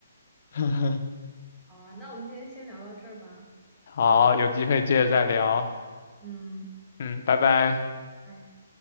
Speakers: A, on the left; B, in the centre.
A: <laughs>
B: 好啊，那我们今天先聊到这儿吧。
A: 好，有机会接着再聊。
B: 嗯。
A: 嗯，拜拜。
B: 拜。